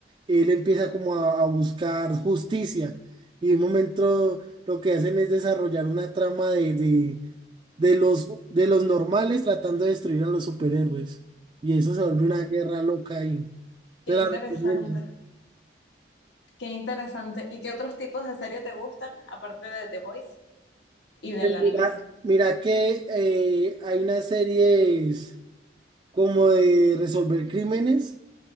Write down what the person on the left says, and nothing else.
Ah,
Qué
interesante,
qué interesante. ¿Y qué otros tipos de serie te gustan, aparte de The Voice y del anime?